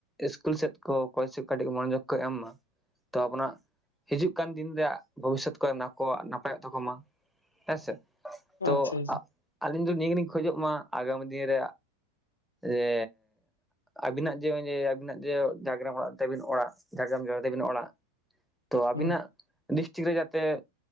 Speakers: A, in the centre; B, on the left.
A: ᱤᱥᱠᱩᱞ ᱥᱮᱫ ᱠᱚ ᱠᱚᱞᱡᱽ ᱥᱮᱫ ᱠᱚ ᱠᱟᱹᱴᱤᱡ ᱢᱚᱱᱚᱡᱳᱜᱽ ᱠᱚ ᱮᱢ ᱢᱟ᱾ ᱛᱚ ᱟᱵᱚᱱᱟᱜ ᱦᱤᱡᱩᱜ ᱠᱟᱱ ᱫᱤᱱ ᱨᱮᱭᱟᱜ ᱵᱷᱚᱵᱤᱥᱥᱚᱛ ᱠᱚ, ᱟᱠᱚᱣᱟᱜ ᱱᱟᱯᱟᱭᱚᱜ ᱛᱟᱠᱚ ᱢᱟ ᱦᱮ ᱥᱮ᱾
B: ᱟᱪᱪᱷᱟ
A: ᱛᱚ
B: ᱟᱪᱪᱷᱟ
A: ᱟᱹᱞᱤᱧ ᱫᱚ ᱱᱤᱭᱟᱹ ᱜᱮᱞᱤᱧ ᱠᱷᱚᱡᱚᱜ ᱢᱟ, ᱟᱜᱟᱢᱤ ᱫᱤᱱ ᱨᱮ ᱡᱮᱻ, ᱟᱹᱵᱤᱱᱟᱜ ᱡᱮ ᱚᱡᱮ ᱟᱹᱵᱤᱱᱟᱜ ᱡᱮ, ᱡᱷᱟᱲᱜᱨᱟᱢ ᱚᱲᱟᱜ ᱛᱟᱹᱵᱤᱱ ᱚᱲᱟᱜ ᱡᱷᱟᱲᱜᱨᱟᱢ ᱡᱮᱞᱟ ᱛᱟᱹᱵᱤᱱ ᱚᱲᱟᱜ᱾ ᱛᱚ ᱟᱵᱤᱱᱟᱜ
B: ᱦᱩᱸ
A: ᱰᱤᱥᱴᱤᱠ ᱨᱮ ᱡᱟᱛᱮ